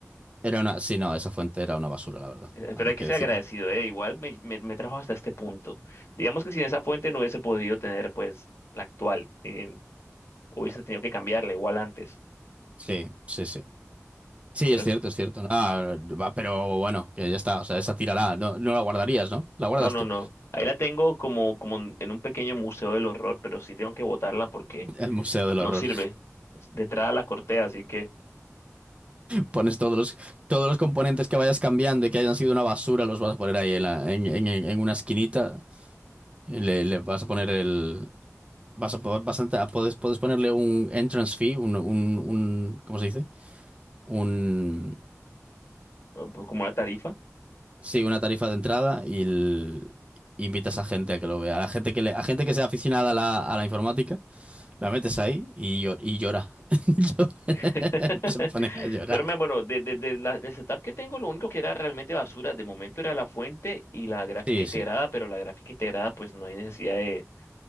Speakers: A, on the right (about 25°); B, on the left (about 55°).
A: era una, sí, no, esa fuente era una basura, la verdad.
B: Eh,
A: Hay
B: Pero hay que
A: que
B: ser
A: decirlo.
B: agradecido, ¿eh? Igual me, me, me trajo hasta este punto. Digamos que sin esa fuente no hubiese podido tener, pues, la actual. eh, hubiese tenido que cambiarla igual antes.
A: Sí, sí, sí. Sí,
B: Pero
A: es
B: es-
A: cierto, es cierto. ¿no? Ah, va, pero bueno, que ya está. O sea, esa tírala. No, no la guardarías, ¿no? La guardaste.
B: no, no, no. Ahí la tengo como, como en en un pequeño museo del horror, pero sí tengo que botarla porque
A: El Museo del
B: no
A: Horror.
B: sirve. Detrás la corté, así que,
A: Pones todos los, todos los componentes que vayas cambiando y que hayan sido una basura, los vas a poner ahí en, la- en, en- en una esquinita. Y Le, le vas a poner el. Vas a, po- vas a- puedes, puedes ponerle un entrance fee, un, un, un- ¿Cómo se dice? Un.
B: eh, pues, como la tarifa.
A: Sí, una tarifa de entrada y el- invitas a gente a que lo vea. A la gente que, le, a gente que sea aficionada a la, a la informática, la metes ahí y, llo- y llora. <laughs>
B: <laughs>
A: Se pone a llorar.
B: Pero me- bueno, de, de, de la, del setup que tengo, lo único que era realmente basura de momento era la fuente y la gráfica
A: Sí,
B: integrada,
A: sí.
B: pero la gráfica integrada, pues no hay necesidad de